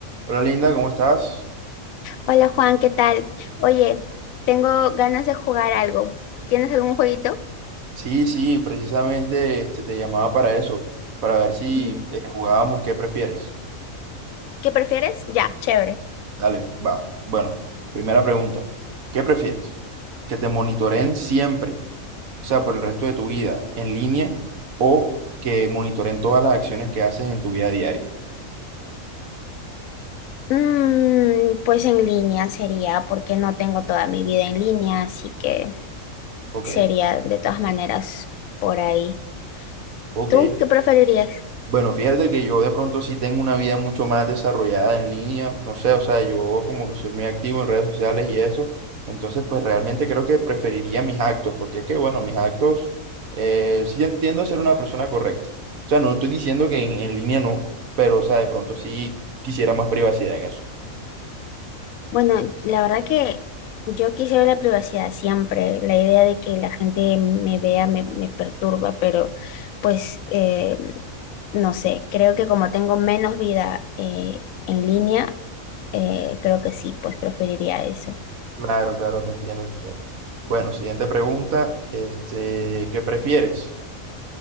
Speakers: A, on the right; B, on the left.
A: Hola Linda, ¿cómo estás?
B: Hola Juan, ¿qué tal? Oye, tengo ganas de jugar algo. ¿Tienes algún jueguito?
A: Sí, sí, precisamente este, te llamaba para eso, para ver si
B: Ujú.
A: eh, jugábamos qué prefieres.
B: ¿Qué prefieres? Ya, chévere.
A: Dale, va. Bueno, primera pregunta. ¿Qué prefieres? ¿Que te monitoreen siempre, o sea, por el resto de tu vida en línea o que monitoreen todas las acciones que haces en tu vida diaria?
B: Mm, pues en línea sería, porque no tengo toda mi vida en línea, así que
A: Ok,
B: sería de todas maneras por ahí.
A: ok.
B: ¿Tú qué preferirías?
A: Bueno, fíjate que yo de pronto sí tengo una vida mucho más desarrollada en línea, no sé, o sea, yo como que soy muy activo en redes sociales y eso, entonces pues realmente creo que preferiría mis actos, porque es que bueno, mis actos, eh, sí entiendo a ser una persona correcta, o sea, no estoy diciendo que en, en línea no, pero o sea, de pronto sí quisiera más privacidad en eso.
B: Bueno, la verdad que yo quisiera la privacidad siempre. La idea de que la gente me vea me, me perturba, pero pues eh, no sé, creo que como tengo menos vida eh, en línea, eh, creo que sí, pues preferiría eso.
A: Claro, claro, te entiendo, te entiendo. Bueno, siguiente pregunta, este, ¿qué prefieres?